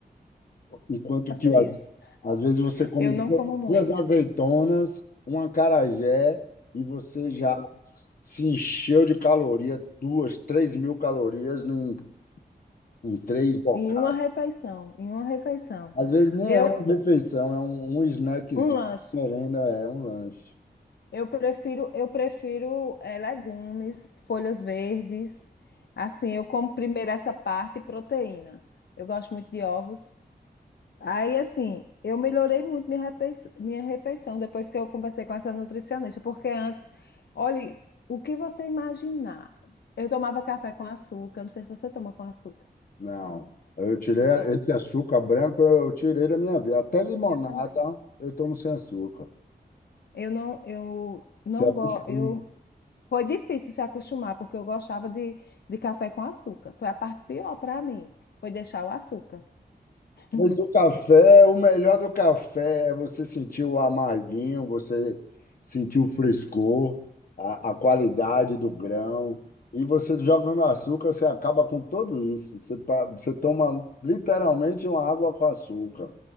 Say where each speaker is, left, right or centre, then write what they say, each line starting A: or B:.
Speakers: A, on the left; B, on the left.
A: Enquanto
B: faço
A: que às
B: isso.
A: às vezes você come
B: Eu
A: du-
B: não como muito.
A: duas azeitonas, um acarajé e você já se encheu de caloria, duas, três mil calorias em, em três bocados.
B: Em uma refeição, em uma refeição.
A: Às vezes nem
B: Eu,
A: é uma refeição, é um, um snackzinho,
B: um lanche.
A: merenda, é um lanche.
B: Eu prefiro, eu prefiro eh, legumes, folhas verdes. Assim, eu como primeiro essa parte e proteína. Eu gosto muito de ovos. Aí, assim, eu melhorei muito minha refeição, minha refeição depois que eu conversei com essa nutricionista, porque antes, olhe, o que você imaginar? Eu tomava café com açúcar, não sei se você toma com açúcar.
A: Não, eu tirei
B: Eu, to-
A: esse açúcar branco, eu tirei da minha vida. Até limonada
B: eu também.
A: eu tomo sem açúcar.
B: Eu não, eu não
A: Você acostuma.
B: gosto, eu Foi difícil se acostumar, porque eu gostava de, de café com açúcar. Foi a parte pior para mim, foi deixar o açúcar. <laughs>
A: Mas o café, o melhor do café é você sentir o amarguinho, você sentir o frescor, a, a qualidade do grão. E você jogando açúcar, você acaba com tudo isso. Você, pa- você toma literalmente uma água com açúcar.